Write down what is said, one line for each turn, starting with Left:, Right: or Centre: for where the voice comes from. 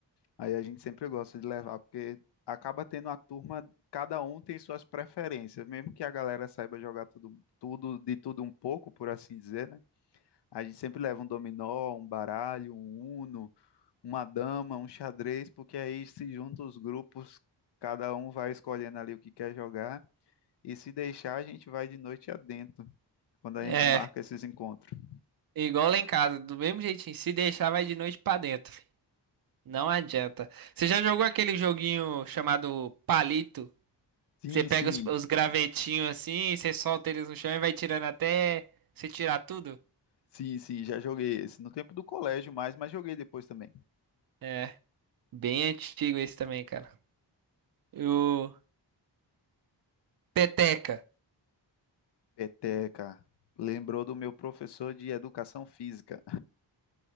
Left: aí a gente sempre gosta de levar, porque acaba tendo a turma, cada um tem suas preferências, mesmo que a galera saiba jogar tudo, tudo de tudo um pouco, por assim dizer, né? A gente sempre leva um dominó, um baralho, um uno, uma dama, um xadrez, porque aí se juntam os grupos, cada um vai escolhendo ali o que quer jogar, e se deixar, a gente vai de noite adentro, quando a gente
Right: É,
Left: marca esses encontros.
Right: igual lá em casa, do mesmo jeitinho. Se deixar, vai de noite pra dentro. fi. Não adianta. Você já jogou aquele joguinho chamado palito?
Left: Sim,
Right: Você pega
Left: sim.
Right: os, os gravetinhos assim, você solta eles no chão e vai tirando até você tirar tudo?
Left: Sim, sim, já joguei esse no tempo do colégio mais, mas joguei depois também.
Right: É, bem antigo esse também, cara. O peteca.
Left: Peteca. Lembrou do meu professor de educação física.